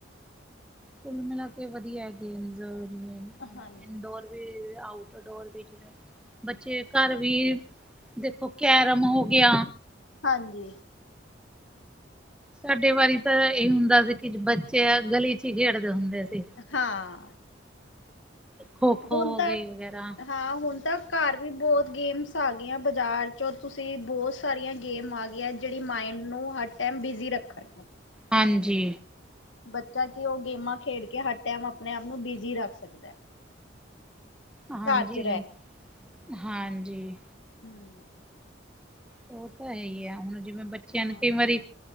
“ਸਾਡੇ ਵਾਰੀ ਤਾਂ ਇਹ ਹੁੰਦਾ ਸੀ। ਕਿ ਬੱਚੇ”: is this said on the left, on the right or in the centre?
Centre